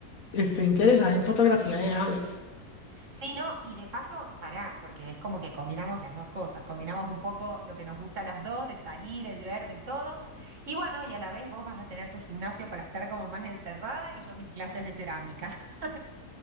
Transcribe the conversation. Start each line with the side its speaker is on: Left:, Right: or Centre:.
Left: estoy interesada en fotografía de aves.
Right: sí, no, y de paso, pará, porque es como que combinamos las dos cosas, combinamos un poco lo que nos gusta a las dos, de salir, el verde y todo. Y bueno, y a la vez vos vas a tener tu gimnasio para estar como más encerrada y yo mis clases de cerámica. <laughs>